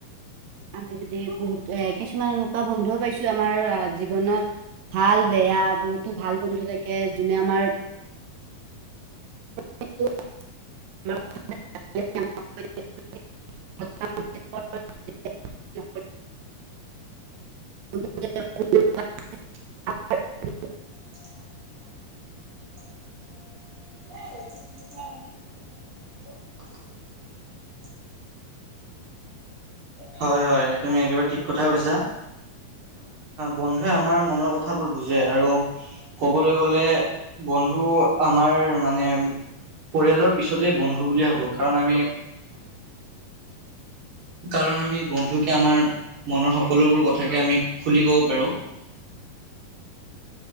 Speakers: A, on the right; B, on the right.
A: আমি যদি বহুত এ কিছুমান এনেকুৱা বন্ধুও পাইছো আমাৰ জীৱনত ভাল বেয়া বহুতো ভাল বন্ধু থাকে যোনে আমাৰ <unintelligible> <unintelligible> <unintelligible>
B: <inaudible> <unintelligible> হয় হয় তুমি একেবাৰে ঠিক কথা কৈছা। বন্ধুৱে আমাৰ মনৰ কথাবোৰ বুজে আৰু কবলৈ গলে। বন্ধু আমাৰ মানে। পৰিয়ালৰ পিছতেই বন্ধু বুলি ভাবো কাৰণ আমি। কাৰণ আমি বন্ধুকে আমাৰ মনৰ সকলোবোৰ কথাকে আমি খুলি ক'ব পাৰোঁ। <unintelligible>